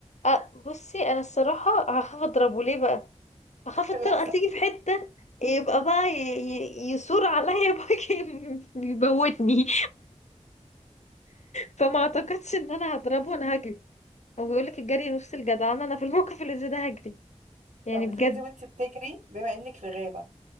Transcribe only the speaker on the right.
الأحسن
طب
افرضي وانت بتجري بما انك في غابة